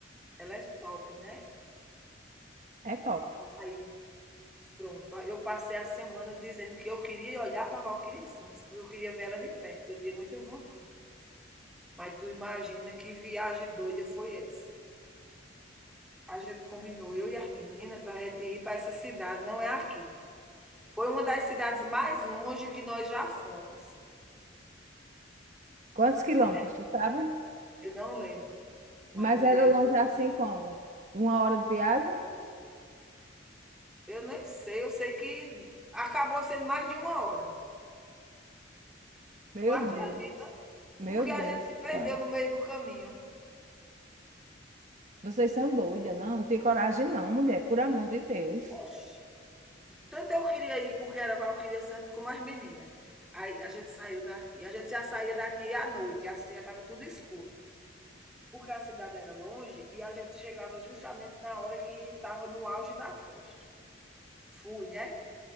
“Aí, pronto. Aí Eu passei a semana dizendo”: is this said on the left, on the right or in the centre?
Centre